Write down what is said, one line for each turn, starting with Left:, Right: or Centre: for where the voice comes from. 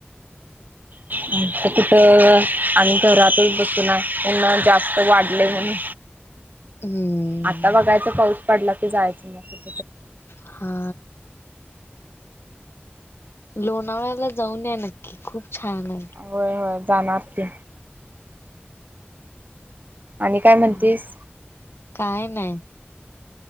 Right: तर <unintelligible> कुठं आणि घरातच बसून असतो ना त्यांना जास्त वाढलंय म्हणून
Left: हम्म.
Right: आता बघायचं पाऊस पडला की जायचं न <unintelligible>
Left: हा लोणावळ्याला जाऊन या नक्की खूप छान नाय
Right: होय होय जाणार की आणि काय म्हणतीस
Left: हा काय नाय